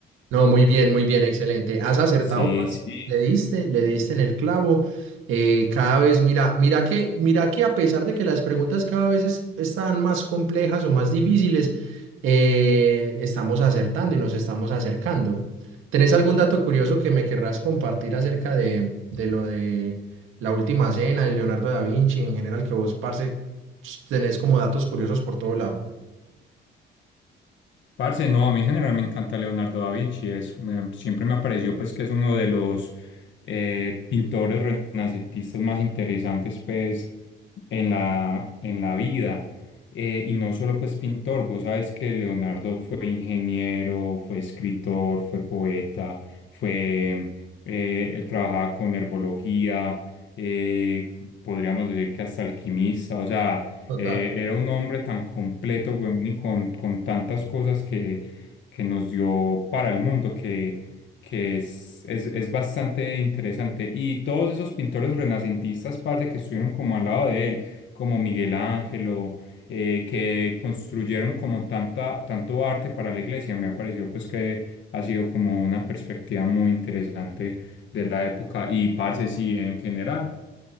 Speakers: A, on the right; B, on the left.
A: No, muy bien, muy bien, excelente. Has acertado,
B: Sí,
A: parce.
B: sí.
A: Le diste, le diste en el clavo. Eh, cada vez, mira, mira que, mira que a pesar de que las preguntas cada vez es- están más complejas o más difíciles, eh, estamos acertando y nos estamos acercando. ¿Tenés algún dato curioso que me querrás compartir acerca de, de lo de la última cena de Leonardo da Vinci en general que vos, parce, tenés como datos curiosos por todo lado?
B: Parce, no, a mí en general me encanta Leonardo da Vinci, es, me- siempre me pareció pues que es uno de los eh, pintores renacentistas más interesantes pues en la, en la vida. Eh, y no solo pues pintor, vos sabes que Leonardo fue ingeniero, fue escritor, fue poeta, fue, eh, él trabajaba con herbología, eh, podríamos decir que hasta alquimista, o sea...
A: Total.
B: Eh, era un hombre tan completo, weón, y con, con tantas cosas que, que nos dio para el mundo, que, que es, es, es bastante interesante. Y todos esos pintores renacentistas, parce, que estuvieron como al lado de él, como Miguel Ángelo, eh, que construyeron como tanta, tanto arte para la iglesia, me ha parecido pues que ha sido como una perspectiva muy interesante de la época. Y parce, sí, en general.